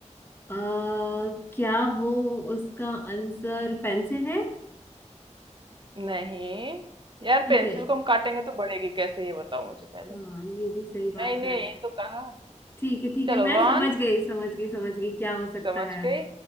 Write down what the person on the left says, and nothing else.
आ, क्या वो उसका आंसर पेंसिल है
ठीक
है
हाँ ये भी सही बात
है
ठीक है ठीक
है मैं
समझ गई समझ गई समझ गई क्या हो सकता
है